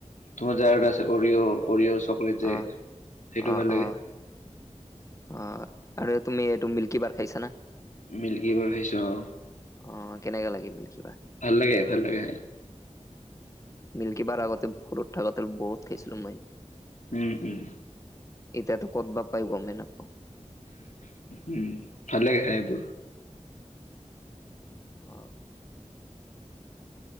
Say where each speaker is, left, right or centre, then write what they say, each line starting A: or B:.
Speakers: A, on the left (about 80°); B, on the left (about 25°).
A: তোমাৰ যাৰ এটা আছে অৰিঅ' অৰিঅ' চকলেট যে
B: অ
A: সেইটো
B: অ
A: ভাল লাগে
B: অ অ আৰু তুমি এইটো মিল্কী বাৰ খাইছা না
A: মিল্কী বাৰ খাইছোঁ অ
B: অ কেনেকে লাগি মিল্কিবা
A: ভাল লাগে ভাল লাগে
B: একবাৰ আগতে ভৰৰ থাকোতেই বহুত খাইছিলো মই
A: উম উম
B: এতিয়াতো ক'ত বা পাই গমে নাপাওঁ
A: উম ভাল লাগে খাই এইবোৰ
B: অ